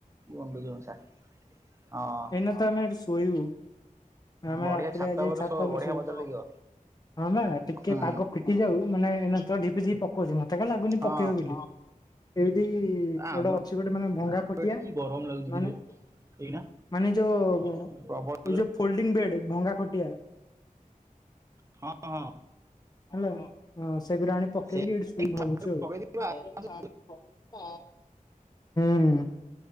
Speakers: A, on the right; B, on the left.
A: ଗୁଣ୍ଡୁଛି ମୂଷା ହଁ
B: ଦିନ ତ ଆମେ ଏଠି ଶୋଇବୁ ଆମେ
A: ବଢିଆ
B: ରାତିରେ ଆଜି ଛାତ
A: ଶୋ
B: ଉପରେ
A: ବଢିଆ
B: ଶୋଇବୁ
A: ମଜା ଲାଗିବ
B: ହଁ ବା ଟିକେ
A: ହୁଁ
B: ପାଗ ଫିଟି ଯାଉ ମାନେ ଏଇନେ ଝିପି ଝି ପଉଛି ମତେ କାଇଁ ଲାଗୁନି
A: ହଁ।
B: ପକେଇବ ବୋଲି ଏଇଠି
A: ଆମର
B: ଗୋଟେ ଅଛି ଗୋଟେ ମାନେ ଭଙ୍ଗା ଖଟିଆ
A: ଏଠି କି ଗରମ ଲାଗୁଛି
B: ମାନେ
A: କିରେ ଏଇନା
B: ମାନେ ଯୋଉ
A: ପ୍ରବଳ
B: ଏଇ
A: ଜୋରେ
B: ଯୋଉ ଫୋଲଡିଙ୍ଗ ବେଡ ଭଙ୍ଗା ଖଟିଆ
A: ହଁ ହଁ
B: ହେଲା ସେଗୁରା ଆଣି ପକେଇକି
A: ସେ
B: ଏଇଠି ଶୋଇବୁ ଭାବୁଛୁ
A: ପକେଇଦବୁ
B: ଆଉ ଏ <unintelligible> ହୁଁ